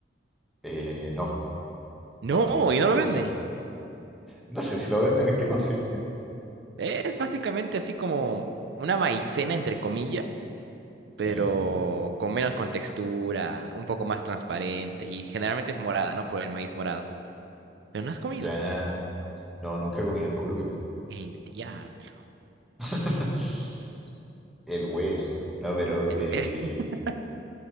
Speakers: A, in the centre; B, on the right.
A: Eh, no,
B: No,
A: no, nunca
B: y no lo
A: he
B: venden.
A: comido. No sé si lo venden, ¿en qué consiste?
B: Es básicamente así como una maicena, entre comillas, pero
A: Ya,
B: con menos contextura, un poco más transparente y generalmente es morada, ¿no? Por el maíz morado. Pero no has comido.
A: ya. No, nunca he comido, te juro que no.
B: El diablo.
A: <laughs> El hueso. No, pero
B: El-
A: eh,
B: <laughs>